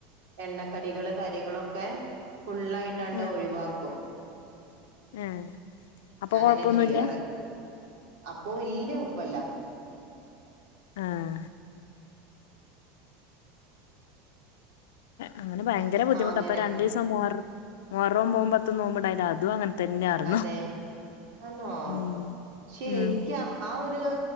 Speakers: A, on the right (about 70°); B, on the left (about 85°).
A: എണ്ണക്കടികള് കാര്യങ്ങളൊക്കെ ഫുള്ളായിട്ടാണ്ട്
B: ഉം
A: ഒഴിവാക്കും
B: ഏഹ് അപ്പൊ
A: അങ്ങനെ
B: കൊഴപ്പൊന്നുല്ല
A: ചെയ്യാറ് അപ്പൊ വല്യ ഉപ്പെല്ല
B: ആഹ് അങ്ങനെ ഭയങ്കര ബുദ്ധിമുട്ടാ
A: ആഹ് അങ്ങനെ
B: ഇപ്പൊ രണ്ടീസ സം മുഹർ മുഹറം ഒമ്പതും പത്തും നോമ്പുണ്ടായിനി അതും അങ്ങനെ തന്നെയാർന്നു
A: അതെ ആണോ
B: ഉം
A: ക്ഷേ
B: ഉം
A: ഇൻക്ക് ആ ആഹ് ഒരു